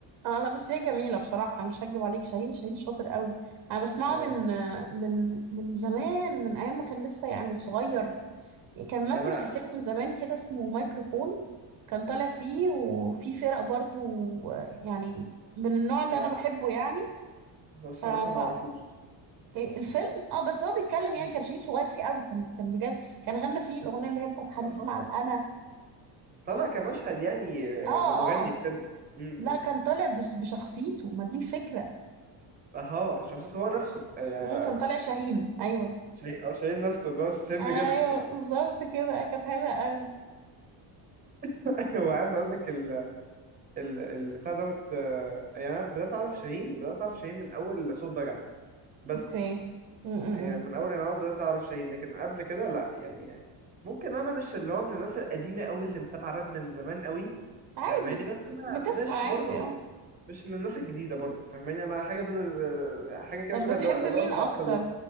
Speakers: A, on the right; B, on the right.
A: اه لا بس هي جميله بصراحه مش هكدب عليك شاهين شاهين شاطر قوي انا بسمعه
B: اه
A: من آه، من من زمان من ايام ما كان لسه يعني صغير كان مثل
B: انا
A: في فيلم زمان كده اسمه مايكروفون كان طالع فيه وفي فرق برضو آه، يعني من النوع اللي
B: آه،
A: انا بحبه يعني
B: هو الصراحه
A: ف... ف
B: ما اعرفوش
A: إيه، الفيلم اه بس هو بيتكلم يعني
B: مم.
A: كان شهيد صغير فيه قوي كان كان بجد كان غنى فيه الاغنيه اللي هي بتاعت حديث
B: اهو
A: مع الانا
B: طلع كمشهد يعني
A: اه
B: لمغني
A: اه
B: في فيلم مم، مم،
A: لا كان
B: مم.
A: طالع بس بشخصيته ما دي الفكره
B: اها شخصيته هو نفسه يعني
A: مم، كان طالع شاهين ايوه
B: شيء اه شايل نفسه اللي هو شاهين
A: ايوه
B: بجد
A: بالظبط كده كانت حلوه قوي
B: <laughs> هو عايز اقول لك ال ال البتاع دوت آه، يعني انا بدات اعرف شاهين بدات اعرف شاهين من اول صوت بجع بس
A: اوكي امم
B: آه، من اول انا بدات اعرف شاهين لكن قبل كده لا يعني ممكن انا مش اللي هو من الناس القديمه قوي اللي متابعه راب من زمان قوي
A: عادي
B: فاهماني بس انا
A: بتسمع
B: مش
A: عادي
B: برضو
A: اه
B: مش من الناس الجديده برضو فاهماني انا حاجه بين ال- حاجه كده
A: طب
B: شبه
A: بتحب
B: اللي هو
A: مين
B: الراس
A: اكتر
B: على السلم